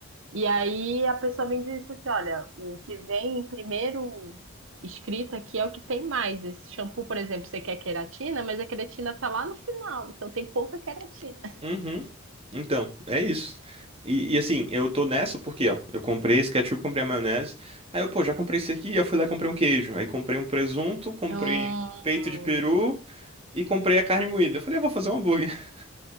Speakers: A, on the right; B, on the right.
A: E aí a pessoa me disse assim: olha, o que vem primeiro escrito aqui é o que tem mais. Esse shampoo, por exemplo, você quer queratina, mas a queratina tá lá no final, então tem pouca queratina.
B: Uhum. Então, é isso. E, e, assim, eu tô nessa porque, ó, eu comprei esse ketchup, comprei a maionese. Aí eu, pô, já comprei isso aqui, aí eu fui lá e comprei um queijo. Aí comprei um presunto, comprei
A: É um...
B: um peito de peru e comprei a carne moída. Eu falei, eu vou fazer um hambúrguer. <laughs>